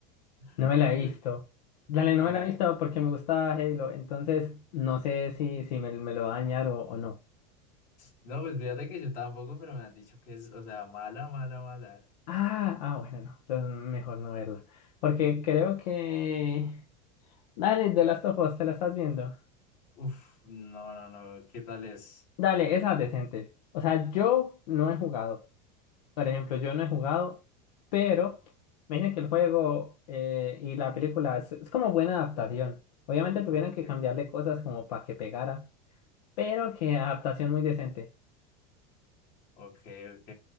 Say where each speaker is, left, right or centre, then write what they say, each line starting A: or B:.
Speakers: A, on the left (about 80°); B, on the left (about 55°).
A: No
B: <laughs>
A: me la
B: De-
A: he visto. Dale, no
B: A
A: me
B: ver,
A: la he visto porque me gusta Halo, entonces no sé si, si me, me lo va a dañar o, o no.
B: no, pues fíjate que yo tampoco, pero me han dicho que es, o sea, mala, mala, mala.
A: Ah, ah, bueno, no, entonces mejor no verla. Porque creo que... Dale, The Last of Us, ¿te la estás viendo?
B: Uf, no, no, no, ¿qué tal es?
A: Dale, esa es decente. O sea, yo no he jugado. Por ejemplo, yo no he jugado, pero me dicen que el juego eh, y la película es, es como buena adaptación. Obviamente tuvieron
B: Ok,
A: que cambiarle cosas como para que pegara, pero que adaptación muy decente.
B: ok, ok.